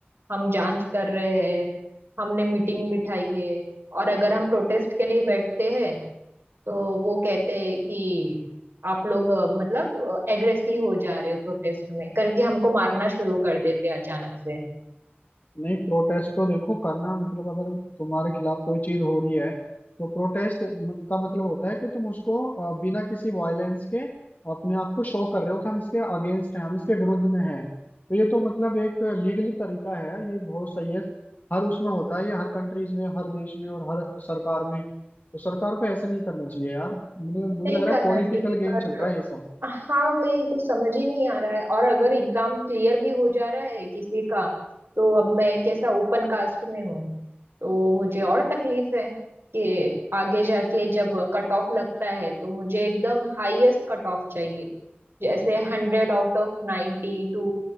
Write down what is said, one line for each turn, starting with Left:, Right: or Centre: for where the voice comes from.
Right: हम जांच कर रहे हैं हमने मीटिंग बिठाई है और अगर हम प्रोटेस्ट के लिए बैठते हैं तो वो कहते हैं कि आप लोग अ, मतलब एग्रेसिव हो जा रहे हो प्रोटेस्ट में करके हमको मारना शुरू कर देते हैं अचानक से
Left: नहीं प्रोटेस्ट तो देखो करना मतलब अगर तुम्हारे खिलाफ कोई चीज हो रही है तो प्रोटेस्ट म- का मतलब होता है कि तुम उसको अ, बिना किसी वायलेंस के अपने आप को शो कर रहे हो कि हम इसके अगेंस्ट हैं हम इसके विरुद्ध में हैं तो ये तो मतलब एक लीगली तरीका है ये बहुत सही है हर उसमें होता है ये हर कंट्रीज में हर देश में और हर सरकार में तो सरकार को ऐसा नहीं करना चाहिए यार मतलब मुझे
Right: नहीं
Left: लग रहा
Right: करना
Left: है पॉलिटिकल
Right: चाहिए
Left: गेम
Right: पर
Left: चल रहा है ये सब
Right: हाँ वही कुछ समझ ही नहीं आ रहा है और अगर एग्जाम क्लियर भी हो जा रहा है किसी का तो अब मैं कैसा ओपन कास्ट में हूँ तो मुझे और तकलीफ है कि आगे जाके जब कट ऑफ लगता है तो मुझे एकदम हाईएस्ट कट ऑफ चाहिए जैसे हंड्रेड आउट ऑफ नाइन्टी टू